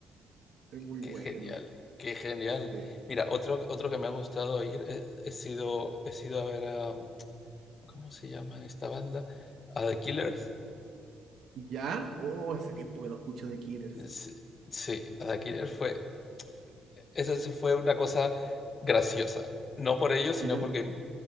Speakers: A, on the right; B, on the left.
A: es muy bueno.
B: Qué genial, qué genial.
A: Sí.
B: Mira, otro otro que me ha gustado ir, he he sido he sido a ver a, mm, ¿cómo se llama esta banda? A The Killers.
A: ¿Ya? Oh, hace tiempo que no escucho The Killers.
B: Sí, sí, a The Killers fue eso sí fue una cosa graciosa. No por ellos, sino
A: ¿Ya?
B: porque